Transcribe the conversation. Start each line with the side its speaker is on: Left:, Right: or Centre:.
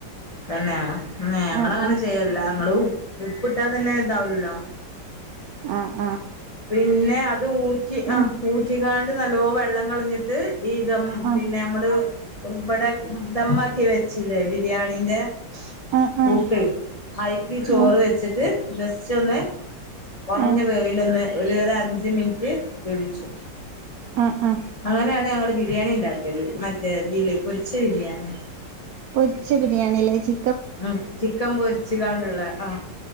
Left: പിന്നെ ഞങ്ങ
Right: ആഹ്
Left: അങ്ങനെ
Right: ആഹ്
Left: ചെയ്യല്ല ഞങ്ങള് ഉ ഉപ്പിട്ടാ തന്നെ ഇതാവലല്ലോ
Right: ആഹ
Left: പിന്നെ അത് ഊറ്റി ആ
Right: ഉം
Left: ഊറ്റിക നല്ലോ വെള്ളം കളഞ്ഞിട്ട് ഈ തം
Right: ആഹ്
Left: പിന്നെ നമ്മള് ബടാ ദമ്മക്കി വെച്ചിലേ ബിരിയാണിന്റെ
Right: ആഹ്
Left: കൂട്ട്
Right: ആഹ്
Left: അയക്ക്ി ചോറ്
Right: ആഹ്
Left: വെച്ചിട്ട് ജസ്റ്റ് ഒന്ന് കുറഞ്ഞ
Right: ആഹ്
Left: വേവ് ലെന്നെ ഒരു അഞ്ച് മിനിറ്റ് വേവിച്ചു
Right: ആഹ് ആഹ്
Left: അങ്ങനെയാണ് ഞങ്ങള് ബിരിയാണിണ്ടാക്കല് മറ്റേ.. തില് പൊരിച്ച ബിരിയാണി
Right: പൊരിച്ച ബിരിയാണില്ലേ ചി
Left: അ ചിക്കൻ പൊരിച്ച്കാണ്ട്ള്ളെ അ